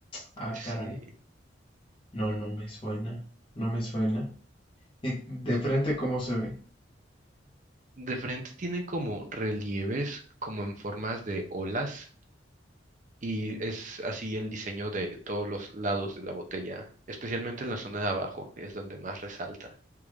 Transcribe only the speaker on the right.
Sí.
De frente tiene como relieves, como en formas de olas. Y es así el diseño de todos los lados de la botella, especialmente en la zona de abajo, es donde más resalta.